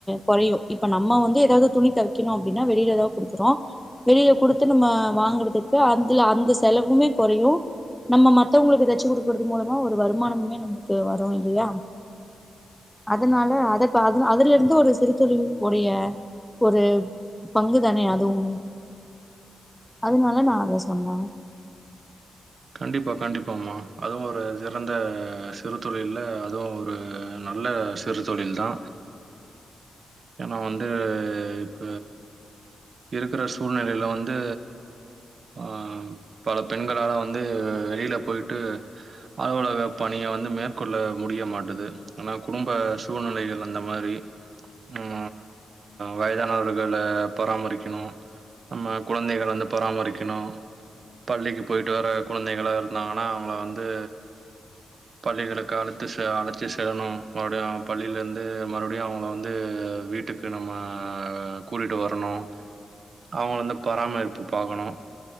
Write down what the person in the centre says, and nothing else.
கொறையு இப்ப நம்ம வந்து எதாவ்து துணி தக்கெணு அப்டினா வெளிலதா குடுக்குறோ வெளில குடுத்து நம்ம வாங்குறதுக்கு அந்துல அந்த செலவுமே கொறையு நம்ம மத்தவ்ங்களுக்கு தச்சு குடுக்குறது மூலமா ஒரு வருமானமுமே நம்மளுக்கு வரு இல்லையா அதனால அத இப்ப அது அதுலருந்து ஒரு சிறுத்தொழில் உடைய ஒரு பங்கு தானே அதுவுமே அதனால நா அத சொன்னே